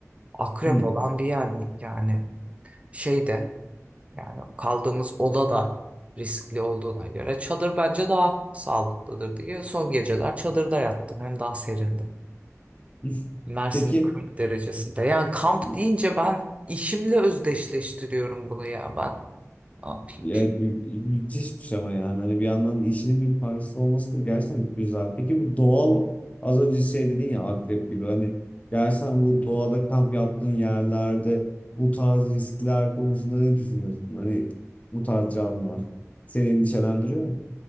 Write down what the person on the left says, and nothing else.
Hmm.
<laughs>
Peki,
e,
evet mü- müthişmiş ama yani hani bir yandan işinin bir parçası olması da gerçekten güzel. Peki bu doğal az önce şey dedin ya akrep gibi hani gerçekten bu doğada kamp yaptığın yerlerde bu tarz riskler konusunda ne düşünüyorsun? Hani bu tarz canlılar seni endişelendiriyor mu?